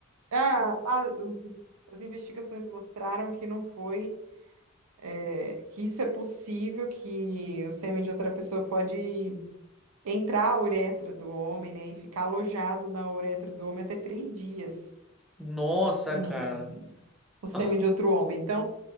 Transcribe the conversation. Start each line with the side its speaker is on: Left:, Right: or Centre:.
Right: Ah, a- as investigações mostraram que não foi, é, que isso é possível, que o sêmen de outra pessoa pode entrar a uretra do homem, né, e ficar alojado na uretra do homem até três dias,
Centre: Nossa,
Right: hum,
Centre: cara.
Right: o sêmen
Centre: <laughs>
Right: de outro homem, então...